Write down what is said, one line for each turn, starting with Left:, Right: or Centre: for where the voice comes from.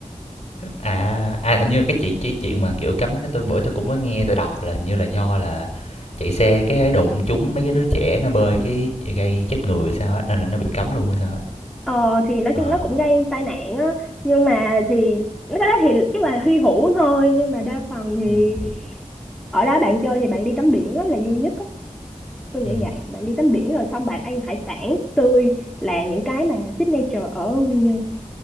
Left: À, à, hình như cái chị cái chuyện mà, kiểu, cấm đó tôi bữa tôi cũng có nghe tôi đọc là hình như là do là chạy xe cái đụng trúng mấy cái đứa trẻ nó bơi cái gây chết người hay sao á, nên là nó bị cấm luôn hay sao á.
Centre: <laughs> ờ thì nói
Left: Ờ.
Centre: chung nó cũng gây tai nạn á nhưng mà thì cái đó thì chắc là hy hữu thôi nhưng mà đa phần thì
Left: ừ
Centre: ở đó bạn chơi thì bạn đi tắm biển á là vui nhất á tôi nghĩ
Left: ừm,
Centre: vậy bạn đi tắm biển rồi xong bạn ăn hải sản tươi là những cái mà signature ở Quy Nhơn